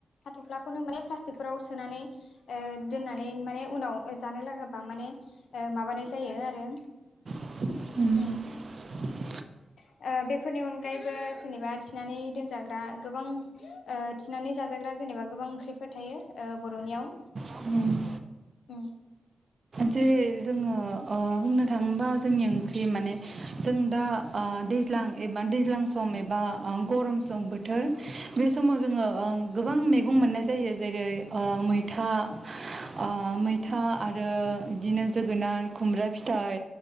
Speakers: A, on the left; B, on the right.
A: हाथ'फ्लाखौनो माने प्लास्टिकफोराव सोनानै ओ दोननानै माने उनाव जानो लागाबा माने माबानाय जायो आरो
B: औ
A: उम <inaudible> ओ बेफोरनि अनगायैबो जेबा थिनानै दोनजाग्रा गोबां ओ थिनानै जाजाग्रा जेनेबा गोबां ओंख्रिफोर थायो ओ बर'नियाव
B: बर'नियाव
A: ओम
B: जेरै जोङो ओ बुंनो थाङोबा जोंनि ओंख्रि माने जों दा ओ दैज्लां एबा दैज्लां सम एबा गरम गोजां बोथोर बे समाव जो गोबां मैगं मोननाय जायो जेरै ओ मैथा ओ मैथा आरो बिदिनो जोगोनार खुमब्रा फिथाइ